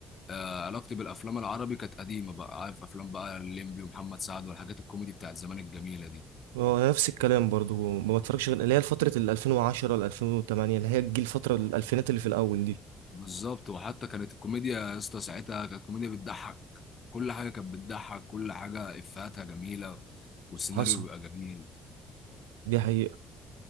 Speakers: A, on the left; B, on the right.
A: آه، علاقتي بالافلام العربي كانت قديمه بقى عارف افلام بقى الليمبي ومحمد سعد والحاجات الكوميدي بتاعت زمان الجميله دي
B: هو انا نفس الكلام برضو ما بتفرجش غير اللي هي فتره ال 2010 ل 2008 اللي هي الجيل الفتره الالفينات اللي في الاول دي
A: بالظبط وحتى كانت الكوميديا يا اسطى ساعتها كانت كوميديا بتضحك كل حاجه كانت بتضحك كل حاجه افهاتها جميله والسيناريو
B: حصل
A: بيبقى جميل
B: دي حقيقه